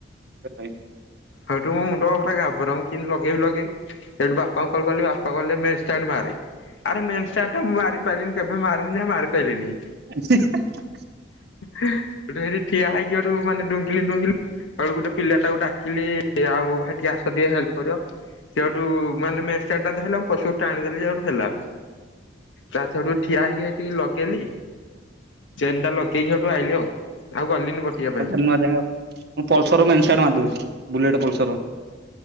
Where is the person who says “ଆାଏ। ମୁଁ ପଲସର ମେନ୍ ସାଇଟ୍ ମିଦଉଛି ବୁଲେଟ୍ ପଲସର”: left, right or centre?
Right